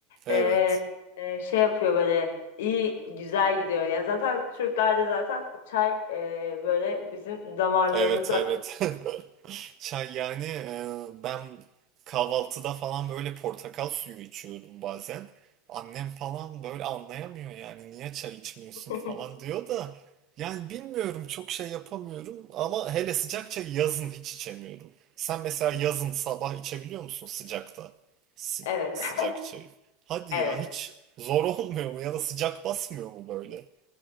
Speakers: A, on the right (about 40°); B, on the left (about 80°).
A: Evet.
B: e, e, şey yapıyor böyle iyi güzel gidiyor. Ya zaten Türklerde zaten çay e, böyle bizim damarlarımızda.
A: Evet evet. <laughs> Çay yani e, ben kahvaltıda falan böyle portakal suyu içiyorum bazen. Annem falan böyle anlayamıyor yani niye çay içmiyorsun
B: <laughs>
A: falan diyor da yani bilmiyorum çok şey yapamıyorum ama hele sıcak çayı yazın hiç içemiyorum. Sen mesela yazın sabah içebiliyor musun sıcakta? Sı-
B: Evet.
A: sıcak
B: <laughs>
A: çayı. Hadi
B: Evet.
A: ya hiç zor <laughs> olmuyor mu ya da sıcak basmıyor mu böyle?